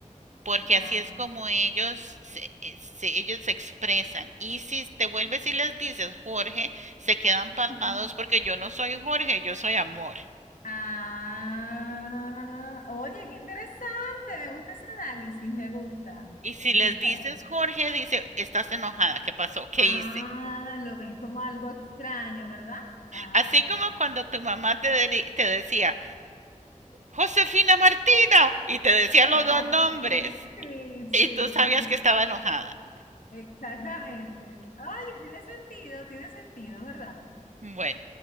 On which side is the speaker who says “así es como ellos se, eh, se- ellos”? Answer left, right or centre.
Right